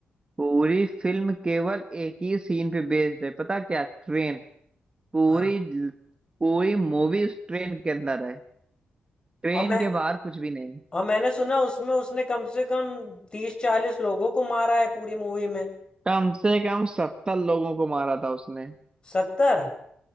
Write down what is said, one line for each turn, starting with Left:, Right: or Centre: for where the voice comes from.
Right: पूरी फिल्म केवल एक ही सीन पे बेस्ड है पता क्या ट्रेन पूरी
Left: हाँ
Right: पूरी मूवी उस ट्रेन के अंदर है ट्रेन
Left: और मैं
Right: के बाहर कुछ भी नहीं
Left: और मैंने सुना उसमें उसने कम से कम तीस चालीस लोगों को मारा है पूरी मूवी में
Right: कम से कम सत्तर लोगों को मारा था उसने
Left: सत्तर